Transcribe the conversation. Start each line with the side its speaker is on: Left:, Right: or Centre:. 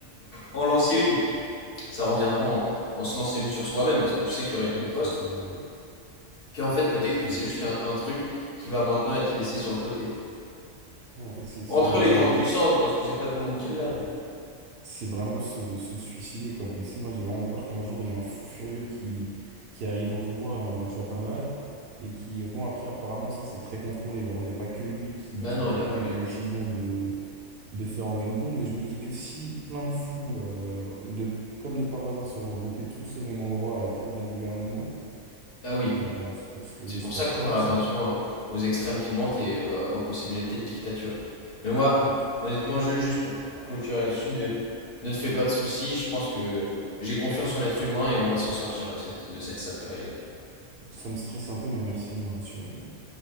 Left: en lancer une, ça reviendra en, en se lancer une sur soi-même, parce que tu sais qu'il y aurait une
Right: Oui,
Left: riposte.
Right: c'est ce.
Left: Qu'en fait, peut-être
Right: c'est-
Left: que c'est juste qu'un un truc qui va maintenant être laissé sur le côté.
Right: En fait, c'est c'est
Left: Entre les grandes
Right: vraiment.
Left: puissances, parce que c'est pas tout le monde qui l'a, mais.
Right: c'est vraiment se, se suicider, quoi. Mais tu sais, moi, j'ai vraiment peur qu'un jour, il y ait un fou furieux qui, qui arrive au pouvoir, et on en a déjà pas mal, et qui, euh, bon, après, apparemment, ça, c'est très contrôlé. Alors, il n'y a pas que lui qui,
Left: Bah
Right: qui
Left: non,
Right: peut
Left: il n'y
Right: prendre
Left: a pas que
Right: la
Left: lui.
Right: décision de, de faire envoyer une bombe, mais je me dis que si plein de fous, euh, de, comme de par hasard, sont regroupés tous au même endroit à la tête d'un gouvernement,
Left: Ah oui.
Right: euh, ce que, ce que
Left: C'est
Right: j'espère
Left: pour ça qu'il
Right: pas,
Left: faut faire attention
Right: ça,
Left: aux extrêmes qui montent et euh, aux possibilités de dictature. Mais moi,
Right: Mm.
Left: honnêtement, Jules, juste pour, pour clôturer là-dessus, ne, ne te fais pas de soucis. Je pense que j'ai confiance en l'être humain et on va s'en sortir de cette, de cette sale période.
Right: ça me stresse un peu, mais merci de me rassurer, quand même.